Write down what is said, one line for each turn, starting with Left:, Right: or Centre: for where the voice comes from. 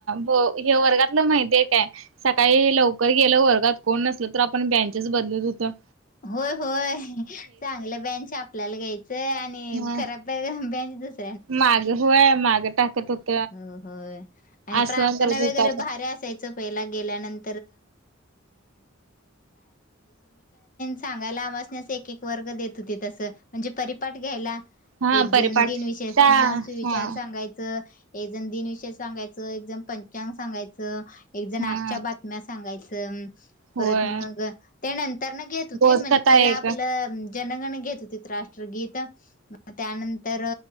Right: हे वर्गातलं मैद काय सकाळी लवकर गेलं वर्गात कोण नसल तर आपण बँचेच बदलत होत
Left: होय होय चांगलं बेंच आपल्याला घ्यायचं आणि
Right: ह
Left: खरा बेंचस
Right: माग होय माग टाकत होत
Left: हो हो आणि
Right: असं
Left: प्रार्थना
Right: करत
Left: वगैरे
Right: होत आपण
Left: भारी असायची म्हण सांगायलासस एक एक वर्ग देत होते तस म्हणजे परिपाठ घ्यायला
Right: हा
Left: एक
Right: परिपाठ
Left: जण दिनविषय
Right: त्या
Left: हा सुविचार
Right: हा
Left: सांगायचा एकजण दिनविषय सांगायचं एकजण पंचांग सांगायचं एक जण
Right: हा
Left: आजच्या बातम्या सांगायचं
Right: होय
Left: परत मग ते नंतर ना घेत होती
Right: बोधकथा
Left: म्हणजे पहिला
Right: एक
Left: आपलं जनगण घेत होती राष्ट्रगीत त्यानंतर